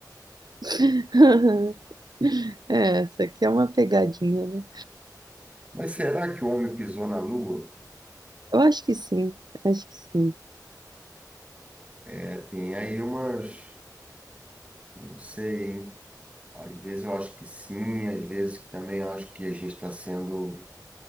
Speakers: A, on the right; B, on the right.
A: <laughs> É, essa aqui é uma pegadinha, né?
B: Mas será que o homem pisou na Lua?
A: Eu acho que sim, acho que sim.
B: É, tem aí umas, não sei, hein? Às vezes eu acho que sim, às vezes também eu acho que a gente está sendo.